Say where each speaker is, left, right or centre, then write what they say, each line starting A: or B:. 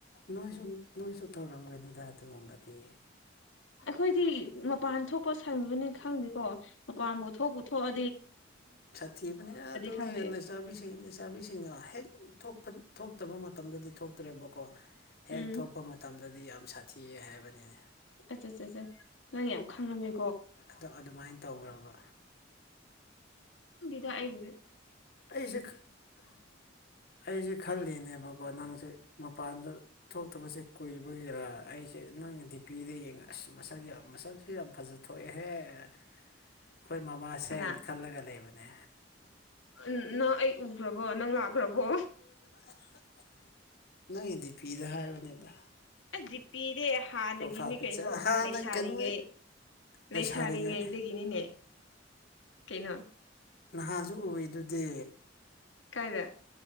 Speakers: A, on the left; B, on the left.
A: ꯅꯣꯏꯁꯨ ꯅꯣꯏꯁꯨ ꯇꯧꯔꯝꯒꯅꯤꯗ ꯑꯗꯨꯒꯨꯝꯕꯗꯤ
B: ꯑꯩꯈꯣꯏꯗꯤ ꯃꯄꯥꯟ ꯊꯣꯛꯄ ꯁꯪꯕꯅꯤ ꯈꯪꯗꯦꯀꯣ ꯃꯄꯥꯟꯕꯨ ꯊꯣꯛꯄꯊꯑ
A: ꯁꯥꯊꯤꯕꯅꯦ ꯑꯗꯨꯅꯦ
B: ꯈꯪꯗꯦ
A: ꯂꯩꯁꯥꯕꯤꯁꯤꯡ ꯂꯩꯁꯥꯕꯤꯁꯤꯡꯅ ꯍꯦꯛ ꯊꯣꯛꯄ ꯊꯣꯛꯇꯕ ꯃꯇꯝꯗꯗꯤ ꯊꯣꯛꯇ꯭ꯔꯦꯕꯀꯣ ꯍꯦꯛ
B: ꯎꯝ
A: ꯊꯣꯛꯄ ꯃꯇꯝꯗꯗꯤ ꯗꯤ ꯌꯥꯝ ꯁꯥꯊꯤꯑ ꯍꯥꯏꯕꯅꯤꯅꯦ
B: ꯆꯠꯁꯦ ꯅꯪ ꯌꯥꯝ ꯈꯪꯉꯝꯃꯦ
A: ꯑꯗꯣ ꯑꯗꯨꯃꯥꯏꯅ ꯇꯧꯈꯔꯕ
B: ꯆꯏꯒꯗꯦ
A: ꯑꯩꯁꯦ ꯑꯩꯁꯦ ꯈꯜꯂꯤꯅꯦꯕꯀꯣ ꯅꯪꯁꯦ ꯃꯄꯥꯟꯗ ꯊꯣꯛꯇꯕꯁꯦ ꯀꯨꯏꯕꯒꯤꯔ ꯑꯩꯁꯦ ꯅꯪ ꯗꯤ ꯄꯤꯗ ꯌꯦꯡꯉ ꯑꯁ ꯃꯁꯛ ꯌꯥꯝ ꯃꯁꯁꯦ ꯌꯥꯝ ꯐꯖ ꯊꯣꯛꯑꯦꯍꯦ ꯑꯩꯈꯣꯏ ꯃꯃꯥꯁꯦꯅ
B: ꯀꯅꯥ
A: ꯈꯜꯂꯒ ꯂꯩꯕꯅꯦ
B: ꯎꯝ ꯅꯪ ꯑꯩ ꯎꯈ꯭ꯔꯕꯣ ꯅꯪ ꯂꯥꯛꯈ꯭ꯔꯕꯣ
A: ꯅꯪꯒꯤꯗꯤ ꯄꯤꯗ ꯍꯥꯏꯕꯅꯤꯗ
B: ꯑꯖꯤ ꯄꯤꯔꯦ ꯍꯥꯟꯅꯒꯤꯅꯤ
A: ꯄ꯭ꯔꯣꯐꯥꯏꯜ ꯄꯤꯛꯆꯔ
B: ꯀꯩꯅꯣ
A: ꯍꯥꯟꯅ
B: ꯂꯩꯁꯥꯔꯤꯉꯩ
A: ꯀꯩꯅꯣ ꯂꯩꯁꯥꯔꯤꯉꯩ
B: ꯂꯩ ꯁꯥꯔꯤꯉꯩꯗꯒꯤꯅꯤꯅꯦ ꯀꯩꯅꯣ
A: ꯅꯍꯥꯁꯨ ꯎꯕꯗꯨꯗꯤ
B: ꯀꯥꯏꯗ